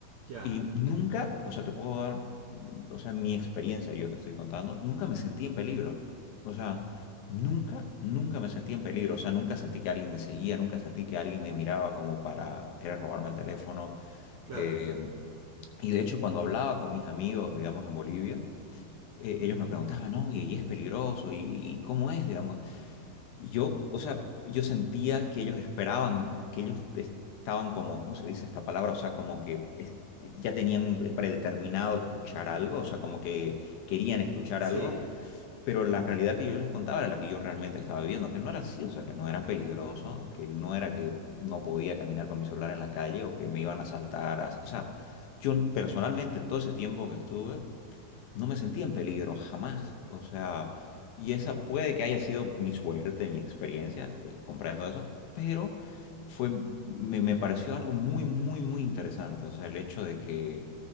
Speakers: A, on the right (about 70°); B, on the left (about 75°).
A: Ya,
B: Y nunca, o sea, te puedo dar, mm, o sea, mi experiencia, yo te estoy contando, nunca me sentí en peligro. O sea, nunca, nunca me sentí en peligro. O sea, nunca sentí que alguien me seguía, nunca sentí que alguien me miraba como para querer robarme el teléfono.
A: claro.
B: Eh, y de hecho, cuando hablaba con mis amigos, digamos, en Bolivia, eh, ellos me preguntaban, oye, ¿y es peligroso? ¿Y, y cómo es, digamos? Yo, o sea, yo sentía que ellos esperaban, que ellos est- estaban como, ¿cómo se dice esta palabra? O sea, como que es- ya tenían predeterminado escuchar algo, o sea, como que querían escuchar
A: Sí,
B: algo, pero la realidad que yo les contaba era la que yo realmente estaba viviendo, que no era así, o sea, que no era peligroso, que no era que no podía caminar con mi celular en la calle o que me iban a asaltar, as- o sea, yo personalmente en todo ese tiempo que estuve no me sentí en peligro jamás. O sea, y esa puede que haya sido mi suerte, mi experiencia eh, comprando eso, pero fue, me, me pareció algo muy, muy, muy interesante. O sea, el hecho de que